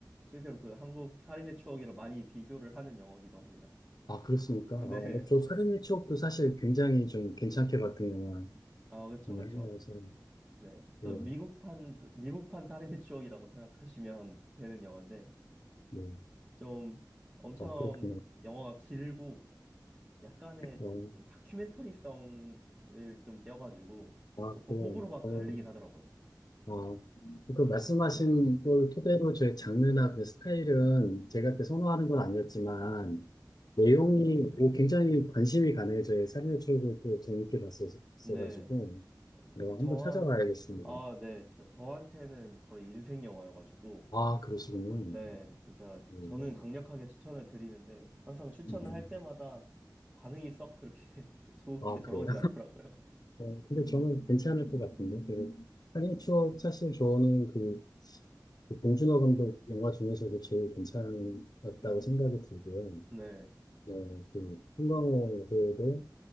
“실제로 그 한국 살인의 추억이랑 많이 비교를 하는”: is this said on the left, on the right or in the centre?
Right